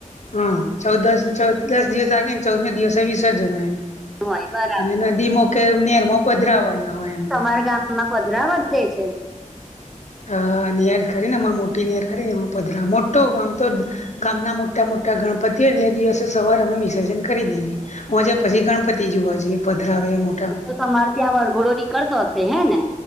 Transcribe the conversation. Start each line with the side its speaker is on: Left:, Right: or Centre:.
Left: હા ચૌદ દસ ચૌદ દસ દિવસ આગે ને ચૌદમે દિવસ વિસર્જન હોય ને
Centre: હોય બરાબર
Left: અને નદીમાં કે નેરમાં પધરાવાના હોય એમને
Centre: તમારા ગામમાં પધરાવા દે છે?
Left: અ નેર ખરીને અમાર મોટી નેર ખરીને એમાં પધરા મોટો આમ તો ગામના મોટા મોટા ગણપતિઓ એટલે દિવસો સવારે વિસર્જન કરી દઈએ. હોજે પછી ગણપતિ જોવા જઈએ પધરાવે એમાં
Centre: તો તમારે ત્યાં વરઘોડો નીકળતો હશે હે ને?